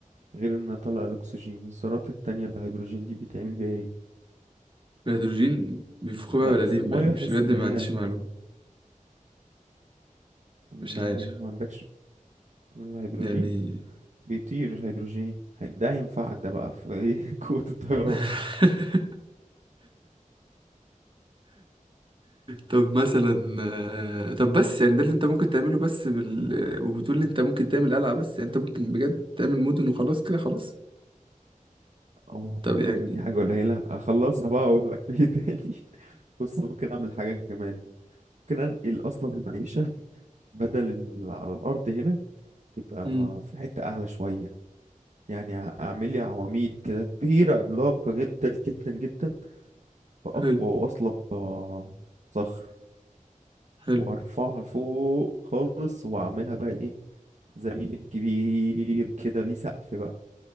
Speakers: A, on the right; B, on the right.
A: غير ان اطلع الاكسجين الذرات التانية الهيدروجين دي بيتعمل بيها ايه
B: الهيدروجين بيفخوا بقى
A: لا
B: ولا
A: اصل
B: ليه بقى
A: المية
B: مش
A: بحس
B: بجد
A: ان
B: ما
A: هي
B: عنديش معلومه
A: م-
B: مش عارف
A: ما عندكش الهيدروجين
B: يعني
A: بيطير الهيدروجين هي- ده هينفعك ده بقى في ايه <laughs> قوة الطيران
B: <laughs> طب مثلا آه، طب بس يعني ده اللي انت ممكن تعمله بس بال وبتقول لي انت ممكن تعمل قلعه بس يعني انت ممكن بجد تعمل مدن وخلاص كده خلاص
A: اه
B: طب
A: المدن
B: يعني
A: دي حاجة قليلة اخلصها بقى اقول لك في ايه تاني <laughs> بص ممكن اعمل حاجة كمان ممكن انقل اصلا المعيشة بدل إن على الارض هنا تبقى
B: <laughs>
A: في حتة أعلى شوية يعني ع- اعمل لي عواميد كده كبيرة عملاقة جدا جدا جدا بأقوى
B: حلو
A: وأصلب آه، صخر
B: حلو
A: وارفعها لفوق خالص واعملها بقى ايه زي بيت كبير كده ليه سقف بقى